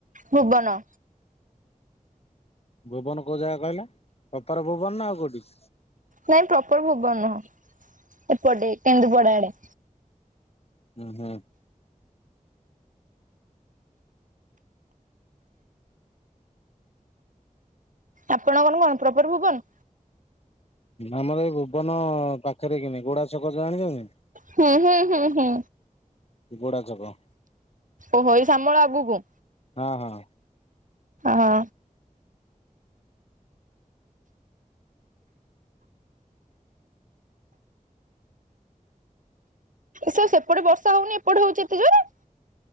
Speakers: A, on the right; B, on the left.
A: ଭୁବନ।
B: ଭୁବନ କୋଉ ଜାଗା କହିଲ ଅଫର୍ ଭୁବନ ନା ଆଉ କୋଉଠି।
A: ନାଇଁ ପ୍ରପର ଭୁବନ ନୁହଁ ଏପଟେ କେନ୍ଦୁପଡା ଆଡେ।
B: ହୁଁ ହୁଁ।
A: ଆପଣ କନ୍ କନ୍ ପ୍ରପର୍ ଭୁବନ୍।
B: ଆମର ଏଇ ଭୁବନ ପାଖରେ କିମି ଗୋଡା ଛକ ଜାଣିଚନ୍ତି।
A: ହୁଁ ହୁଁ ହୁଁ ହୁଁ।
B: ଗୋଡାଛକ।
A: ଓହୋ ଏଇ ଶାମଳା ଆଗକୁ।
B: ହଁ ହଁ।
A: ହଁ। ସେ ସେପଟେ ବର୍ଷା ହଉନି ଏପଟେ ହଉଚି ଏତେଯୋରେ।